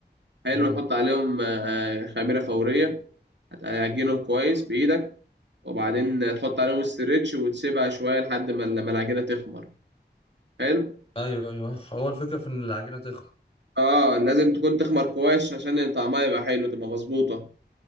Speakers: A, on the right; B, on the left.
A: حلو
B: امم
A: تحط عليهم آه، آه، خميرة فورية هتعجنهم كويس بإيدك وبعدين تحط عليهم استريتش وتسيبها شوية لحد ما ما العجينة تخمر حلو
B: أيوه أيوه هو الفكرة في إن العجينة تخمر
A: اه لازم تكون تخمر كويس عشان طعمها يبقى حلو تبقى مظبوطة